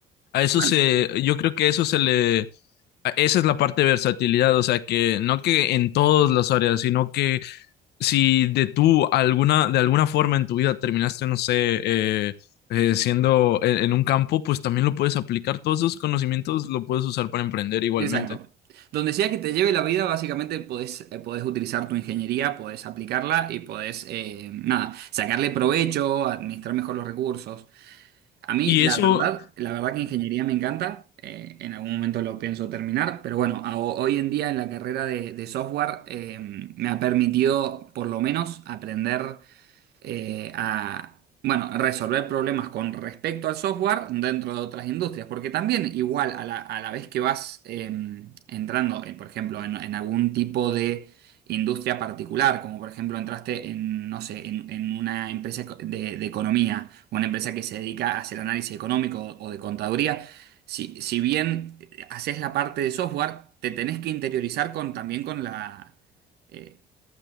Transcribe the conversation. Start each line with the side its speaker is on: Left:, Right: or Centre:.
Left: a eso
Right: Bueno,
Left: se, yo creo que eso se le, a- esa es la parte de versatilidad, o sea que no que en todas las áreas, sino que si de tú alguna, de alguna forma en tu vida terminaste, no sé, eh, eh, siendo en, en un campo, pues también lo puedes aplicar, todos esos conocimientos lo puedes usar para emprender igualmente.
Right: exacto. Donde sea que te lleve la vida, básicamente podés, eh, podés utilizar tu ingeniería, podés aplicarla y podés, eh, nada, sacarle provecho, administrar mejor los recursos. A mí,
Left: Y
Right: la
Left: eso,
Right: verdad, la verdad que ingeniería me encanta. eh, en algún momento lo pienso terminar, pero bueno, a- hoy en día en la carrera de, de software eh, me ha permitido por lo menos aprender eh, a, bueno, resolver problemas con respecto al software dentro de otras industrias, porque también igual a la, a la vez que vas eh, entrando, en, por ejemplo, en, en algún tipo de industria particular, como por ejemplo entraste en, no sé, en, en una empresa eco- de, de economía, una empresa que se dedica a hacer análisis económico o o de contaduría, si, si bien haces la parte de software, te tenés que interiorizar con, también con la... eh,